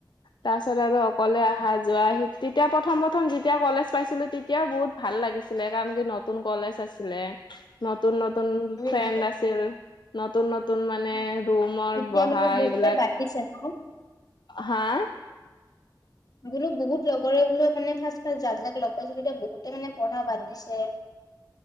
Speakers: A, on the left; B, on the left.
A: তাৰ পিছত আৰু অকলে অহা যোৱা সেই। তেতিয়া প্ৰথম-প্ৰথম যেতিয়া কলেজ পাইছিলো তেতিয়াও বহুত ভাল লাগিছিলে কাৰণ কি নতুন কলেজ আছিলে। নতুন-নতুন
B: উম,
A: ফ্ৰেণ্ড
B: উম,
A: আছিল। নতুন-নতুন মানে- ৰুমত
B: এতিয়া
A: বহা
B: মানে বহুতে
A: এইবিলাক।
B: বাদ দিছে ন?
A: হা?
B: মোৰো বহুত লগৰে বোলো মানে ফাৰ্ষ্ট, ফাৰ্ষ্ট জাক, জাক লগ পাইছিলোঁ এতিয়া বহুতে মানে পঢ়া বাদ দিছে।